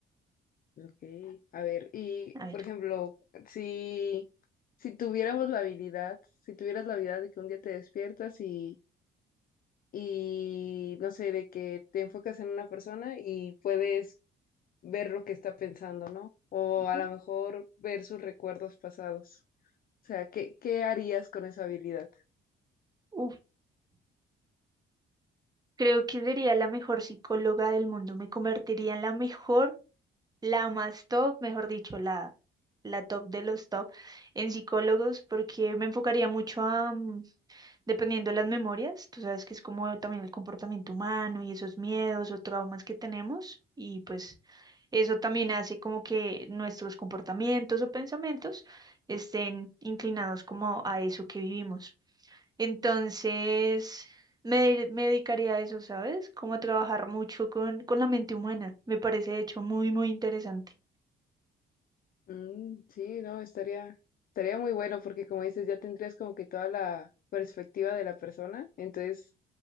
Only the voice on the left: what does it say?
Ok, a ver, y
por ejemplo, si, si tuviéramos la habilidad, si tuvieras la habilidad de que un día te despiertas y, y no sé, de que te enfocas en una persona y puedes ver lo que está pensando, ¿no? O
a lo mejor ver sus recuerdos pasados. O sea, ¿qué, qué harías con esa habilidad?
Mm, sí, no, estaría, estaría muy bueno porque como dices, ya tendrías como que toda la perspectiva de la persona, entonces